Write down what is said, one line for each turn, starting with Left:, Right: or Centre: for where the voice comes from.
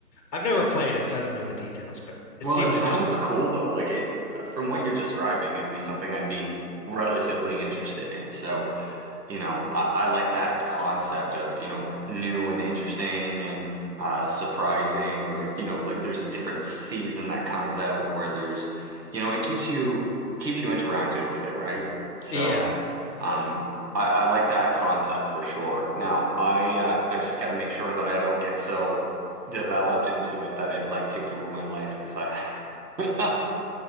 Left: I've never played it, so I don't know the details, but it
Right: Well,
Left: seemed
Right: it sounds
Left: interesting to
Right: cool though. Like it, from what you're describing, it'd be something I'd be relatively interested in. So. you know, I, I like that concept of, you know, new and interesting and uh, surprising, or, you know, like there's a different season that comes out where there's, you know, it keeps you keeps you interacted with it, right? So,
Left: me. Yeah,
Right: um, I, I like that concept for sure. Now, I uh, I just got to make sure that I don't get so developed into it that it like takes over my life because I <laughs> I'm